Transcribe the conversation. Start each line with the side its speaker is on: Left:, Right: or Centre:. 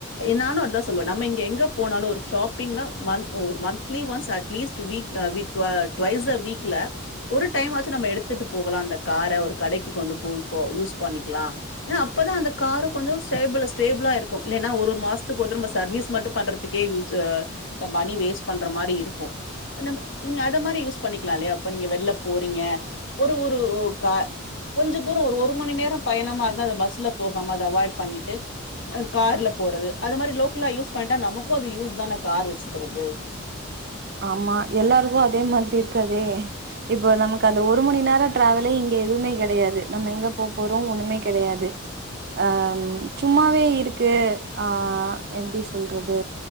Left: நானு அதா சொல்லுவே நம்ம இங்க எங்க போனாலு ஒரு ஷாப்பிங்னா ஒரு மந்த்லி ஒன்ஸ் அட்லீஸ்ட் வீக் தா வீக் டு டுவைஸ் அ வீக்ல ஒரு டைம் ஆச்சு நம்ம எடுத்துட்டு போகலா அந்த காரை ஒரு கடைக்கு கொண்டு போய்ப்போ யூஸ் பண்ணிக்கலா அப்பதா அந்த காரும் கொஞ்சோ ஸ்டேபிள் ஸ்டேபிளா இருக்கு இல்லனா ஒரு மாசத்துக்கு ஒரு தடவ சர்வீஸ் மட்டு பண்றது க்கே யூஸ் மணி வேஸ்ட் பண்ற மாரி இருக்கு நம் நீங்க அத மாரி யூஸ் பண்ணிக்கலா இல்லையா இப்ப நீங்க வெள்ல போறீங்க ஒரு ஒரு கார் கொஞ்சோ தூரம் ஒரு மணி நேரம் பயணமா இருந்தா அத பஸ்ல போகாம அதை அவாய்ட் பண்ணிட்டு கார்ல போறது அது மாரி லோக்கலா யூஸ் பண்ணிட்டா நமக்கு அது யூஸ் தான கார் வச்சுக்கறது
Right: ஆமா எல்லாருக்கு அதே மாதிரி இருக்காதே இப்போ நமக்கு அந்த ஒரு மணி நேர டிராவலே இங்க எதுவுமே கெடையாது நம்ம எங்க போ போறோ ஒண்ணுமே கெடையாது அம் சும்மாவே இருக்கு ஆ எப்டி சொல்றது